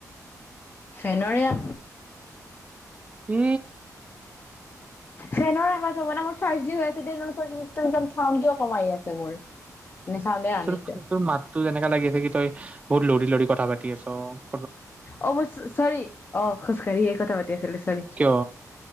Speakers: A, on the left (about 35°); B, on the right (about 20°).
A: ফেনৰিয়া?
B: কি
A: ফেনৰ আৱাজ হব ন মোৰ চৰ্দি হৈ আছে। <unintelligible> চাউণ্ড কিয় কম আহি আছে মোৰ নে চাউণ্ডে আহা
B: তোৰ
A: নাই কিয়
B: তোৰ মাতটো যেনেকা লাগি আছে কি তই বহুত লৰি লৰি কথা পাতি আছ। তই
A: অ মই চ-চৰি। অ খোজকাঢ়ি এ কথা পাতি আছিলো চৰি।
B: কিয়